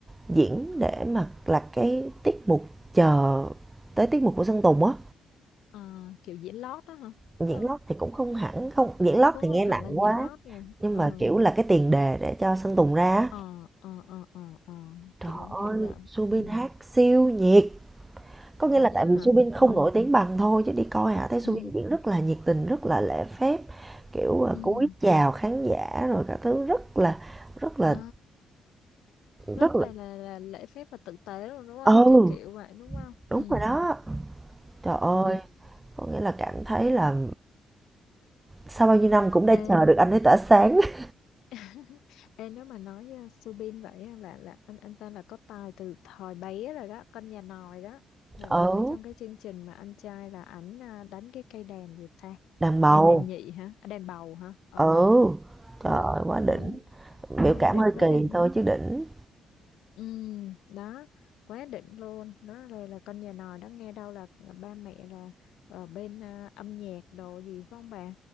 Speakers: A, on the right; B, on the left.
A: diễn để mà là cái tiết mục chờ tới tiết mục của Sơn Tùng á
B: Ờ, kiểu diễn lót đó hả
A: diễn
B: phải không
A: lót thì cũng không hẳn không diễn
B: không
A: lót
B: cũng
A: thì
B: không
A: nghe
B: hẳn
A: nặng
B: là diễn
A: quá
B: lót nha
A: nhưng
B: ờ
A: mà kiểu là cái tiền đề để cho Sơn Tùng ra á.
B: ờ ờ ờ ờ ờ.
A: trời
B: kiểu
A: ơi
B: hiểu rồi
A: Subin
B: ừ
A: hát siêu nhiệt có nghĩa
B: vậy
A: là tại
B: á
A: vì
B: hả
A: Subin không
B: ờ
A: nổi tiếng bằng thôi chứ đi coi hả thấy Subin
B: ừ
A: diễn rất là nhiệt tình rất là lễ phép kiểu ờ,
B: ừ
A: cúi chào khán giả rồi các thứ rất là rất là
B: à rất
A: rất là
B: là là, là lễ phép và tử tế luôn đúng không
A: ừ
B: kiểu kiểu vậy đúng không
A: đúng
B: ừ
A: rồi đó Trời ơi,
B: ừ
A: có nghĩa là cảm thấy là sau bao nhiêu năm cũng đã
B: Ê,
A: chờ được anh ấy tỏa sáng. <laughs>
B: <laughs> ê, nếu mà nói uh, Subin vậy á, là là anh anh ta là có tài từ thời bé rồi đó con nhà nòi đó mà bà
A: Ừ,
B: thấy trong cái chương trình mà anh trai là ảnh à, đánh cái cây đàn gì ta
A: đàn bầu,
B: đàn đàn nhị hả à, đàn bầu hả ừ
A: ừ, trời
B: đó
A: ơi, quá đỉnh,
B: ừ,
A: biểu
B: quá
A: cảm
B: đỉnh
A: hơi
B: quá
A: kỳ
B: đỉnh
A: thôi chứ đỉnh.
B: ừ đó quá đỉnh luôn đó là, là con nhà nòi đó nghe đâu là ba mẹ là ở bên à, âm nhạc đồ gì phải không bà